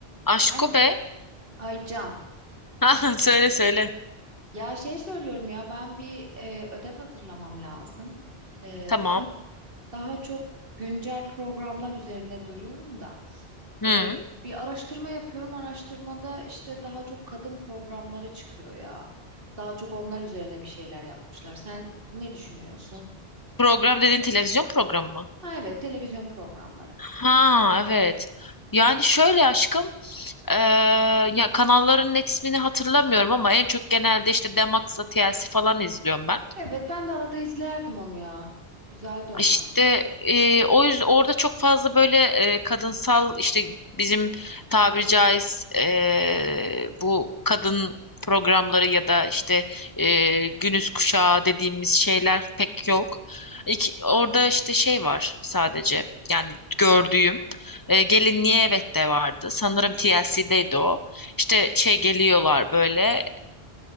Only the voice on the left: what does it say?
Aşko
be.
<laughs> Ha, söyle söyle.
Tamam.
Hı.
Program dediğin televizyon programı mı?
Ha evet. Yani şöyle aşkım, eee, ya kanalların net ismini hatırlamıyorum ama en çok genelde işte Demax'la TLC falan izliyorum ben.
İşte e, o yüzden orada çok fazla böyle e, kadınsal işte bizim tabiri caiz e, bu kadın programları ya da işte e, günüz kuşağı dediğimiz şeyler pek yok. İki, orada işte şey var sadece yani gördüğüm e, gelinliğe evet de vardı. Sanırım TLC'deydi o. İşte şey geliyorlar böyle